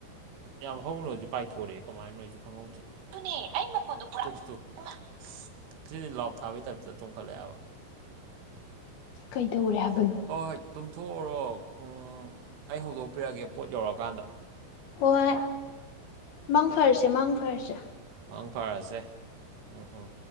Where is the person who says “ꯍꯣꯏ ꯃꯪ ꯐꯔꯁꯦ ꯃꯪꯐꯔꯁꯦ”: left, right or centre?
Left